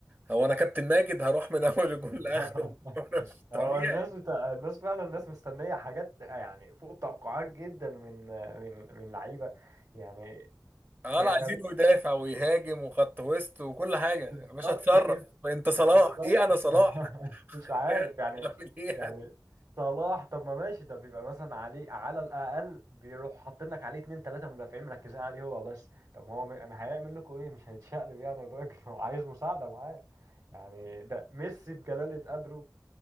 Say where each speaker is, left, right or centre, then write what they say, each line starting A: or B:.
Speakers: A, on the right (about 25°); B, on the right (about 50°).
A: هو انا كابتن ماجد هروح من <laughs> اول الجول لاخره
B: <laughs>
A: <laughs> وانا مش
B: هو
A: طبيعي
B: الناس بتاع الناس فعلا الناس مستنية حاجات يعني فوق التوقعات جدا من من من لعيبة يعني
A: اه
B: يا
A: لا
B: يا
A: عايزينه
B: ريت
A: يدافع ويهاجم وخط وسط وكل حاجه
B: بالظبط
A: يا باشا اتصرف
B: كده
A: انت صلاح
B: بالظبط
A: ايه انا صلاح
B: <laughs>
A: <laughs>
B: مش عارف
A: إيه؟
B: يعني
A: اعمل ايه
B: يعني
A: يعني
B: صلاح طب ما ماشي ده بيبقى مثلا عليه على الأقل بيروح حاطين لك عليه اتنين تلاتة مدافعين مركزين عليه هو بس طب ما هو م- هيعمل لكم ايه مش هيتشقلب يعني الراجل <laughs> هو عايز مساعدة معاه يعني ده ميسي بجلالة قدره